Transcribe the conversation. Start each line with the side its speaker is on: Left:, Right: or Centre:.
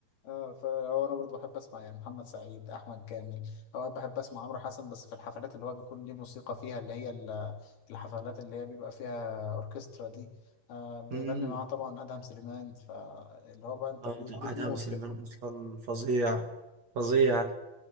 Left: اه فهو انا برضو بحب اسمع يعني محمد سعيد احمد كامل اوقات بحب اسمع عمرو حسن بس في الحفلات اللي هو بيكون ليه موسيقى فيها اللي هي ال- الحفلات اللي هي بيبقى فيها اوركسترا دي آه بيغني
Right: <laughs>
Left: معاه طبعا ادهم سليمان فاللي هو بقى انت
Right: اه
Left: بت-
Right: توقعت
Left: بتموت
Right: هام سليمان
Left: كده
Right: اصلا فظيع فظيع